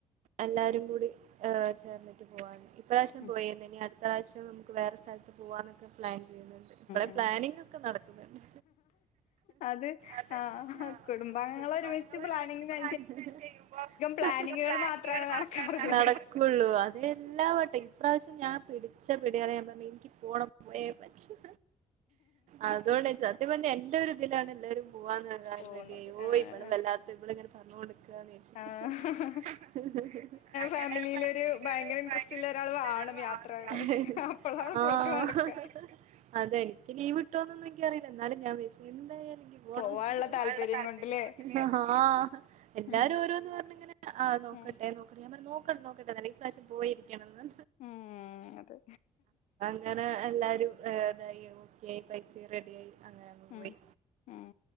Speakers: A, on the right; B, on the left.
A: എല്ലാരും കൂടി ഏ് ചേർന്നിട്ട് പോവാൻ ഇപ്രാവശ്യം
B: ഉം ഉം
A: പോയിരുന്നു ഇനി അടു പ്രാവശ്യം വേറെ സ്ഥലത്ത് പോവാനൊക്കെ പ്ലാൻ ചെയ്യുന്നുണ്ട് ഇപ്പളെ
B: ഉം
A: പ്ലാനിങ്
B: ഉം
A: ഒക്കെ നടക്കുന്നുണ്ട്
B: അത്
A: അതെ
B: ആഹ്
A: ആ
B: കുടുംബാംഗങ്ങൾ
A: കുടുംബങ്ങൾ
B: ഒരുമിച്ച് പ്ലാനിങ്
A: ഒരു വെച്ച് പ്ലാനിംഗ് ചെയ്യുമ്പോ
B: പ്ലാനിങ്ങുകൾ
A: അധികം പ്ലാനിങ്
B: മാത്രാണ്
A: കുട്ട്യാള്
B: നടക്കാറുള്ളത്
A: മാത്രാണ നടക്കുള്ളൂ അതെ എല്ലാം വട്ടെ ഇപ്രാവശ്യം ഞാൻ പിടിച്ച പിടിയാലേ ഞാൻ പറഞ്ഞു എനിക്ക് പോണം പോയേ പറ്റൂ അതോണ്ട് എൻ്റെ ഒരു ഇതിലാണ് എല്ലാരും പോവ <unintelligible>
B: പോവുന്നത് ആഹ്
A: ഇവൾ വല്ലാത്ത ഇവ. ള് ഇങ്ങനെ പറഞ്ഞോണ്ട് നിക്കും
B: ആഹ്
A: <unintelligible> അങ്ങനെ
B: ഫാമിലിയിലൊരു
A: ഫാമിലി ലൊരു
B: ഇൻട്രസ്റ്റ്
A: ഭയങ്കര
B: ഉള്ള
A: <unintelligible>
B: വാണം
A: ള്ള ഒരാൾ വാണം
B: യാത്രകള് അപ്പളാണ്
A: ആ
B: പോക്ക് നടക്ക
A: അതെനിക്ക് ലീവ് വിട്ടോന്നൊന്നും എനിക്ക അറിയില്ല എന്നാലും ഞാൻ വരു എന്തയാലും നിക്ക് പോണം
B: പോവാനുള്ള
A: പോകാനുള്ള
B: താല്പര്യം
A: താല്പര്യം
B: കൊണ്ട്ല്ലേ
A: ആ എല്ലാരും
B: ഉം
A: ഓരോന്ന് പറഞ്ഞ ഇങ്ങനെ ആണോ
B: ഉം
A: നോക്ക നോക്കട്ടെല്ല ഇപ്രാവശ്യം പോയിരിക്കണന്ന്
B: ഉം അതെ
A: അങ്ങനെ എല്ലാരുംതായി ഓക്കെയി പൈസ റെഡിയായി അങ്ങനെ അങ്ങ്
B: ഉം
A: പോയി
B: ഉം